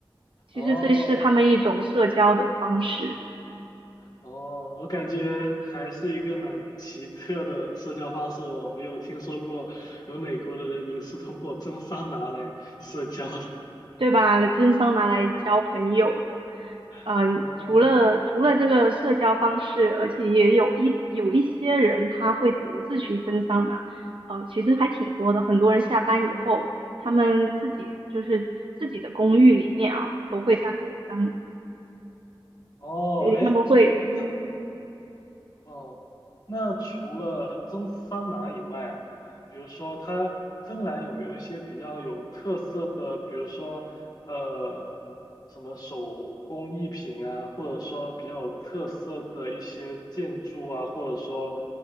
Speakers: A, on the right; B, on the left.
A: 其实这是他们一种社交的方式，
B: 哦，哦，我感觉还是一个蛮奇特的社交方式，我没有听说过有哪国的人民是通过蒸桑拿来社交的。
A: 对吧？真桑拿来交朋友的，
B: <laughs>
A: 嗯，
B: 哦。
A: 除了除了这个社交方式，而且也有一有一些人他会独自去蒸桑拿，呃，其实还挺多的。很多人下班以后，他们自己就是自己的公寓里面啊，都会搭一个桑拿，
B: 哦，
A: 所以他们会。
B: 哎，那哦，那除了蒸桑拿以外啊，比如说它芬兰有没有一些比较有特色的，比如说呃什么手工艺品啊，或者说比较有特色的一些建筑啊，或者说